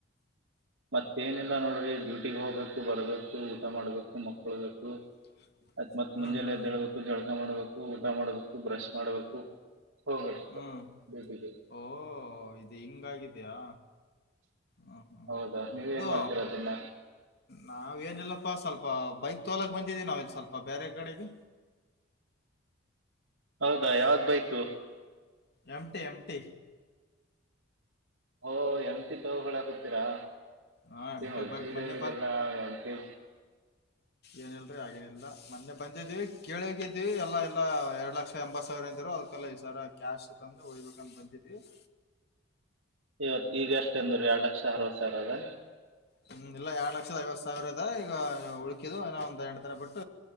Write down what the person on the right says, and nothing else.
ಮತ್ತೇನಿಲ್ಲಾ ನೋಡ್ರಿ ಡ್ಯೂಟಿಗೆ ಹೋಗ್ಬೇಕು ಬರ್ಬೇಕು ಊಟ ಮಾಡ್ಬೇಕು ಮಕ್ಕಳ್ಬೇಕು.
ಅತ್
ಮುಂಜೆ
ಎದ್ದೇಳ್ಬೇಕು ಜಳಕ ಮಾಡ್ಬೇಕು ಊಟ ಮಾಡ್ಬೇಕು ಬ್ರಶ್ ಮಾಡ್ಬೇಕು. ಹೋಗಷ್ಟ್
ಬೇಟಿಗೆ.
ಹೌದಾ ನೀವ್
ಏನ್ ಮಾಡ್ತೀರಾ ದಿನ
ಹೌದಾ ಯಾವ್ ಬೈಕ್.
ಓ ಎಮ್ಟಿ ತವುಗಳು ಹಾಕತೀರಾ.
ನ್ ಅಜ್ಜಿದೆ
ಇಗೆಲ್ಲಾ ಎಂತೀ.
ಇವತ್ ಈಗ ಎಷ್ಟ ಎಂದ್ರ ಎರಡ್ ಲಕ್ಷ ಅರವತ್ ಸಾವಿರ ಅದ.